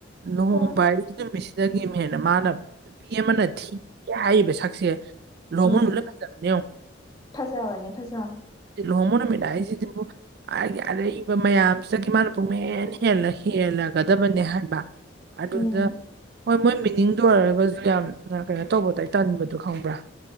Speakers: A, on the right; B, on the left.
A: ꯂꯨꯍꯣꯡꯕꯏ
B: ꯑꯥ
A: ꯅꯨꯃꯤꯠꯁꯤꯗꯒꯤ ꯑꯃ ꯍꯦꯟꯅ ꯃꯥꯅꯕ ꯅꯨꯄꯤ ꯑꯃꯅ ꯊꯤꯒꯦ ꯍꯥꯏꯔꯤꯕ ꯁꯛꯁꯦ ꯂꯨꯍꯣꯡꯃ
B: ꯎꯝ
A: ꯂ ꯂ ꯐꯖꯕꯅꯦꯉ
B: ꯐꯖꯕꯅꯦ ꯐꯖꯕꯅꯦ
A: ꯂꯨꯍꯣꯡꯕ ꯅꯨꯃꯤꯠ ꯍꯥꯏꯁꯤꯗꯕꯨ ꯑꯩꯒꯤ ꯑꯔꯩꯕ ꯃꯌꯥꯝꯁꯤꯗꯒꯤ ꯃꯥꯅ ꯄꯨꯨꯡꯃꯦꯟ ꯍꯦꯜꯂ ꯍꯦꯜꯂꯒꯗꯕꯅꯦ ꯍꯥꯏꯕ ꯑꯗꯨꯗ
B: ꯎꯝ
A: ꯍꯣꯏ ꯃꯣꯏ ꯃꯤꯅꯤꯡꯗꯨ ꯑꯣꯏꯔꯒ ꯌꯥꯝ ꯀꯩꯅꯣ ꯇꯧꯕꯗꯏ ꯇꯟꯕꯗꯨꯣ ꯈꯪꯕ꯭ꯔꯥ